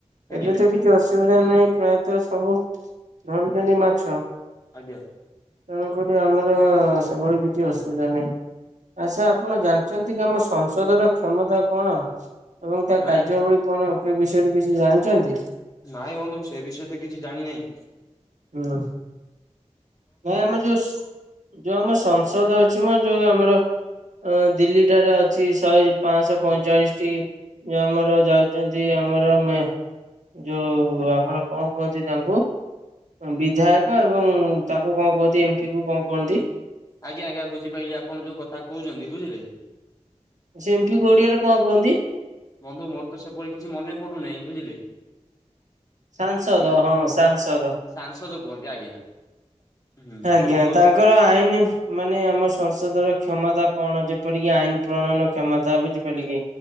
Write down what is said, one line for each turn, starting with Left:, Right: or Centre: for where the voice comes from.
Left: ଆଜ୍ଞା
Right: ଏବେ ତ କିଛି ଅସୁବିଧା ନାହିଁ ପ୍ରାୟତଃ ସବୁ ଧରୁଛନ୍ତି ମାଛ।
Left: ଆଜ୍ଞା।
Right: ତେଣୁକରି ଆମର ସେଭଳି କିଛି ଅସୁବିଧା ନାହିଁ। ଆଚ୍ଛା ଆପଣ ଜାଣିଛନ୍ତି କି ଆମ ସଂସଦର କ୍ଷମତା କଣ? ଏବଂ ତା
Left: ନାଇଁ
Right: କାର୍ଯ୍ୟାବଳୀ କଣ କି ବିଷୟରେ କିଛି ଜାଣିଛନ୍ତି?
Left: ନାଇଁ ବନ୍ଧୁ ସେ ବିଷୟରେ ତ କିଛି ଜାଣିି ନାଇଁ।
Right: ହୁଁ ନାଇଁ ଆମ ଯୋଉ ସ୍ ଯୋଉ ଆମ ସଂସଦ ଅଛି ମ ଯୋଉ ଆମର ଅଁ ଦିଲ୍ଲୀ ଠାରେ ଅଛି ଶହେ ପାଂଶ ପଇଁଚାଳିଶଟି ଯୋଉ ଆମର ଯାଉଚନ୍ତି ଆମର ମେ ଯୋଉ ଆମର କଁ କୁହନ୍ତି ତାଙ୍କୁ ଉଁ ବିଧାୟକ ଏବଂ ତାଙ୍କୁ କଁ କୁହନ୍ତି ଏମ୍ ପି କୁ କଁ କୁହନ୍ତି?
Left: ଆଜ୍ଞା ଆଜ୍ଞା ବୁଝିପାଇଲି ଆପଣ ଯୋଉ କଥା କହୁଛନ୍ତି ବୁଝିଲେ।
Right: ଉଁ ସେ ଏମ୍ ପି କୁ ଓଡିଆରେ କଁ କୁହନ୍ତି?
Left: ବନ୍ଧୁ ମୋର ତ ସେଭଳି କିଛି ମନେ ପଡୁନାହିଁ ବୁଝିଲେ।
Right: ସାଂସଦ
Left: ଆମେ
Right: ହଁ ସାଂସଦ।
Left: ସାଂସଦ କୁହନ୍ତି ଆଜ୍ଞା। ହୁଁ
Right: ଆଜ୍ଞା
Left: ତ ବନ୍ଧୁ
Right: ତାଙ୍କ୍ କର ଆଇନି ମାନେ ଆମ ସଂସଦର କ୍ଷମତା କଣ ଯେପରିକି ଆଇନ ପ୍ରଣୟନ କ୍ଷମତା ବୁଝିପାଇଲେ କି